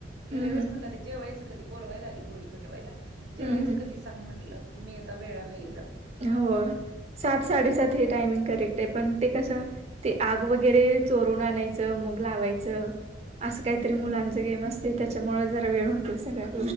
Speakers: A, on the right; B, on the right.
A: गेल्या
B: हम्म
A: वेळेस
B: हम्म
A: म्हटल जेवायचं कधी बोलवायला आली होळी ला जेवायचं
B: हम्म
A: कधी सांग म्हटलं तुम्ही येता वेळाने एकदम
B: हो सात साडेसात हे टायमिंग करेक्ट आहे पण ते कस ते आग वगैरे चोरून आणायचं मग लावायचं. असं काहीतरी
A: हम्म
B: मुलांच गेम असते त्याच्यामुळे जरा वेळ होते सगळ्यात